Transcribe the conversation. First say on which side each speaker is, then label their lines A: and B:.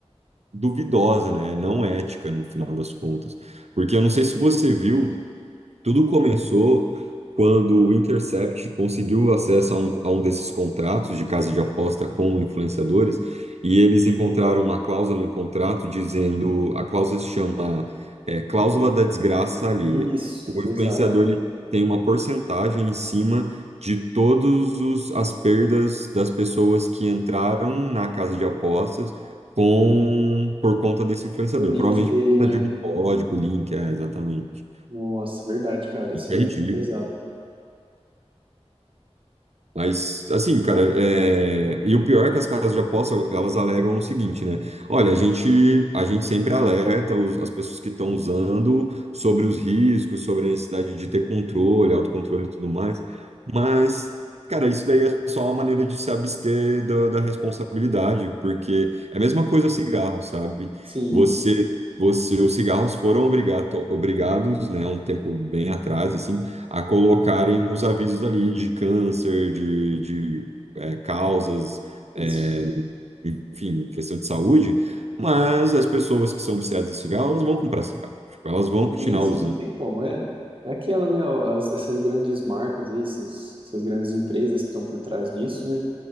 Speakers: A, on the right (about 75°); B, on the right (about 50°).
A: duvidosa, né? Não ética no final das contas. Porque eu não sei se você viu. Tudo começou quando o Intercept conseguiu acesso a um, a um desses contratos de casa de aposta com influenciadores e eles encontraram uma cláusula no contrato dizendo, a cláusula se chama é, cláusula da desgraça alheia.
B: Isso,
A: O influenciador
B: exato.
A: ele tem uma porcentagem em cima de todos os, as perdas das pessoas que entraram na casa de apostas com por conta desse influenciador,
B: Do link
A: provavelmente
B: dele,
A: por conta
B: né?
A: de um código, link, é, exatamente.
B: Nossa, verdade, cara, isso
A: E que
B: é
A: é ridículo.
B: pesado.
A: Mas, assim, cara, é... e o pior é que as casas de aposta, elas alegam o seguinte, né? Olha, a gente, a gente sempre alerta os- as pessoas que estão usando sobre os riscos, sobre a necessidade de ter controle, autocontrole e tudo mais. Mas, cara, isso daí é só uma maneira de se abster da, da responsabilidade, porque é a mesma coisa o cigarro, sabe?
B: Sim,
A: Você, você, os cigarros foram obrigato, obrigados, né, há um tempo bem atrás, assim, a colocarem os avisos ali de câncer, de, de é, causas, é,
B: isso.
A: enfim, questão de saúde, mas as pessoas que são viciadas em cigarro, elas vão comprar cigarro. Tipo, elas vão
B: Sim,
A: continuar
B: sim,
A: usando.
B: não tem como. É,
A: sabe?
B: é aquela, né? ó, as- essas grandes marcas aí, essas, essas grandes empresas que estão por trás disso, né?